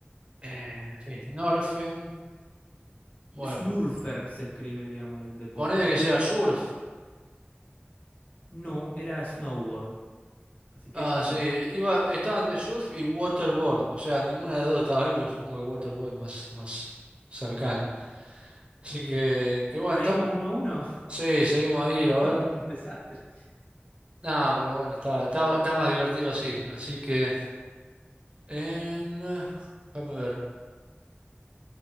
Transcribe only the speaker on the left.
Snurfer se escribe, digamos, el deporte.
Que
no, era snowboard. Así que
no.
Bien.
Seguimos
uno a uno.
<laughs>
Somos un desastre.